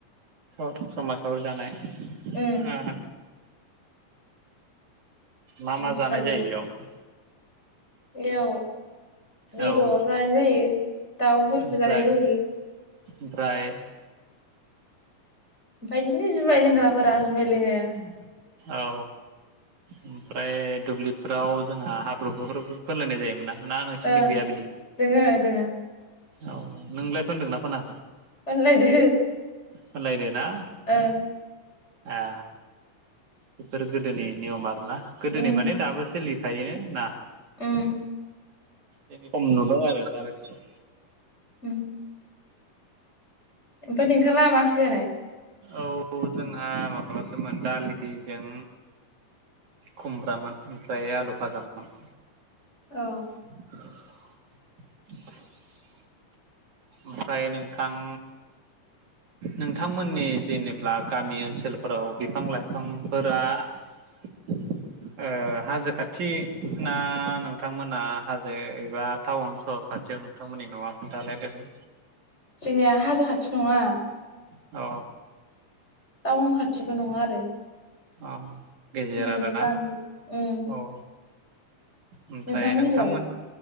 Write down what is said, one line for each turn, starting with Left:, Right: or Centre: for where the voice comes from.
Right: उ ज जमा सावरि जानाय
Left: उम
Right: मा
Left: बेलासिखालि
Right: मा जानाय जायो बेयाव
Left: बेयाव बेदर
Right: औ
Left: जानाय जायो दाउफोरखौ
Right: ओमफ्राय
Left: जानाय जायो।
Right: ओमफ्राय
Left: ओमफ्राय बिदिनो जुमाय लोंग्राफोरा जुमाय लोङो।
Right: <unintelligible> औ ओमफ्राय दुब्लिफोराव जोंहा हाब्रुफोर फोलायनाय जायोमोन ना। ना नोंसिनिथि
Left: ओं
Right: गैया बिदि
Left: दोङो दोङो
Right: औ नोंलाय फोनदोंना फोना
Left: अनलायदो
Right: फुनलायदेना
Left: ओं
Right: ए बेफोरो गोदोनि नियम आरोना। गोदोनि
Left: उम
Right: माने दाबो सोलिखायोनो ना।
Left: उम
Right: दिनै खम नुबाय आरो
Left: उम ओमफ्राय नोंथाङा मा ओंख्रि जानाय?
Right: औ जोंहा माबासोमोन दालिजों खुमब्रामोन ओमफ्राय आलु फाजामोन
Left: औ
Right: <inaudible> ओमफ्राय नोंथां नोंथांमोननि जेनेब्ला गामि ओनसोलफोराव बिफां-लाइफांफोरा <inaudible> ओ हाजो खाथिना नोंथांमोना हाजो एबा टाउन सहर आतसा नोंथांमोननि न'आ खन्थालाय दे बुं?
Left: जोंनिया हाजो खाथि नङा।
Right: अ
Left: टाउन खाथिबो नङा आरो।
Right: अ गेजेर
Left: ओरैनो
Right: आरोना
Left: गामि उम
Right: औ। ओमफ्राय
Left: नोंथांमोननि
Right: नोंथांमोन
Left: जालाय?